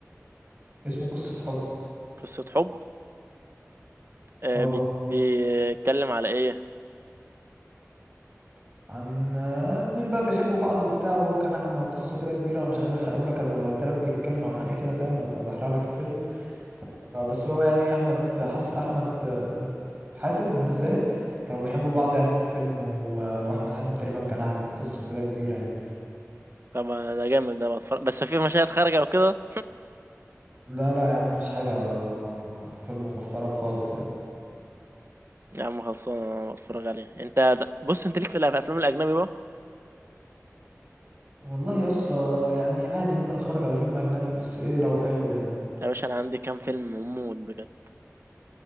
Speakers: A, on the right; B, on the right.
A: اسمه قصة حب
B: قصه حب آه
A: اه
B: بي... بيتكلم على ايه
A: عن آه، اتنين بقى بيحبوا بعض وبتاع وهو كان أعمى وقصة كده كبيرة أنا مش عايز أحرقه لك أنا لو قلت لك بيتكلم عن إيه كده فاهم أبقى بحرق لك الفيلم ف- بس هو يعني أحمد حس أحمد آه، حاتم وهنا الزاهد كانوا بيحبوا بعض يعني في الفيلم و... وأحمد حاتم تقريبا كان أعمى وقصة كده كبيرة يعني
B: طب ده جامد ده بتفرج بس في مشاهد خارجه او كده
A: لا لا يا عم مفيش حاجة آه، فيلم محترم خالص يعني
B: يا عم خلصانه انا بتفرج عليها انت بص انت ليك في الافلام الاجنبي بقى
A: والله يس يعني عادي ممكن أتفرج على فيلم أجنبي بس إيه لو حلو يعني
B: يا باشا انا عندي كام فيلم موت بجد